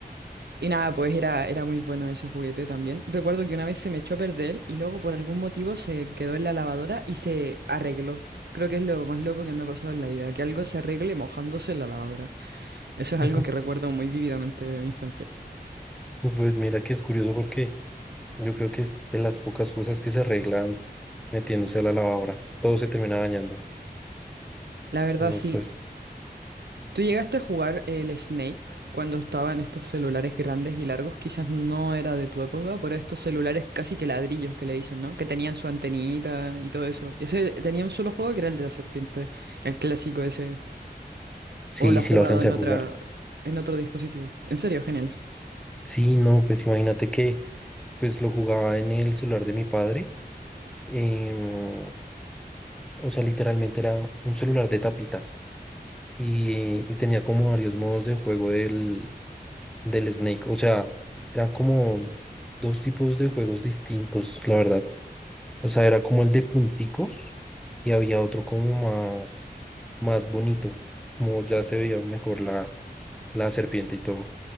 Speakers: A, on the right; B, in the centre.
A: Y nada, pues era, era muy bueno ese juguete también. Recuerdo que una vez se me echó a perder y luego por algún motivo se quedó en la lavadora y se arregló. Creo que es lo más loco que me ha pasado en la vida, que algo se arregle mojándose en la lavadora. Eso es
B: <laughs>
A: algo que recuerdo muy vívidamente de mi infancia.
B: Pues mira que es curioso porque yo creo que es de las pocas cosas que se arreglan metiéndose a la lavadora. Todo se termina dañando.
A: La verdad,
B: Entonces,
A: sí.
B: pues
A: ¿Tú llegaste a jugar el Snake cuando estaban estos celulares grandes y largos? Quizás no era de tu época, pero estos celulares casi que ladrillos que le dicen, ¿no? Que tenían su antenita y todo eso. Ese tenía un solo juego que era el de la serpiente, el clásico ese.
B: sí,
A: O lo has
B: sí
A: jugado
B: lo alcancé
A: en
B: a jugar.
A: otra, en otro dispositivo. En serio, genial.
B: Sí, no, pues imagínate que pues lo jugaba en el celular de mi padre. em, o sea, literalmente era un celular de tapita. y, y tenía como varios modos de juego del, del Snake. O sea, eran como dos tipos de juegos distintos, la verdad. O sea, era como el de punticos y había otro como más, más bonito, como ya se veía mejor la, la serpiente y todo.